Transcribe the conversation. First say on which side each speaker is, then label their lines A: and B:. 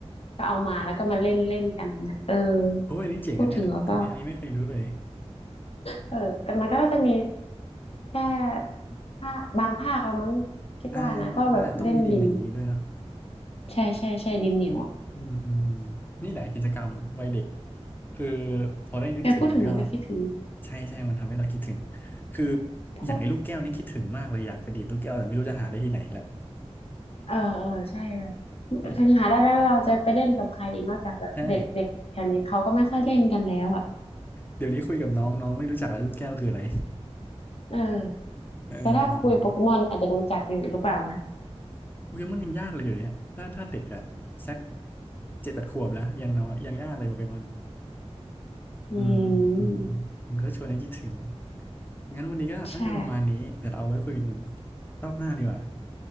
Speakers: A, on the left; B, on the left.
A: ก็เอามาแล้วก็มาเล่นเล่นกันแบบเนี้ยเออ
B: โอ้ยอันนี้เจ๋งนะเนี่ยอันนี้อันนี้ไม่เคยรู้เลย
A: พูดถึงแล้วก็เออแต่มันก็น่าจะมีแค่ภาคบางภาคละมั้งคิดว่านะเพราะแบบเล่นดิน
B: อ่าอ่ามันก็อาจจะต้องมีดินอย่างนี้ด้วยเนาะ
A: ใช่ใช่ใช่ดินเหนียวอ่ะ
B: อืมอืมนี่แหละกิจกรรมวัยเด็กคือพอได้นึกถึงมันก็
A: เออพูดถึงแล้วก็คิดถึง
B: ใช่ใช่มันทำให้เราคิดถึงคือ
A: พวก
B: อย่างไอ้ลูกแก้วนี่คิดถึงมากเลยอยากไปดีดลูกแก้วแต่ไม่รู้จะหาได้ที่ไหนอีกแล้ว
A: เออเออใช่แบ
B: <laughs>
A: บถึงหาได้แล้วเราจะไปเล่นกับใครอีกนอกจากแบบเด็กเด็กแถวนี้เขาก็ไม่ค่อยเล่นกันแล้วอ่ะ
B: ใช่เดี๋ยวนี้คุยกับน้องน้องไม่รู้จักแล้วลูกแก้วคืออะไร
A: เออ
B: <laughs> เออเออเออ
A: แต่ถ้าคุยโปเกมอนอาจจะรู้จักอยู่หรือเปล่านะ
B: โปเกมอนยังยากเลยเดี๋ยวนี้ถ้าถ้าเด็กอะสักเจ็ดแปดขวบแล้วยังน้อยยังยากเลยโปเกมอน
A: อื
B: อืมอืมอืมอืมมันก็ชวนให้คิดถึง
A: ม
B: งั้นวันนี้ก็น่าจะประมาณนี้เดี๋ยวเราเอาไว้คุยกัน
A: ใช่
B: รอบหน้าดีกว่า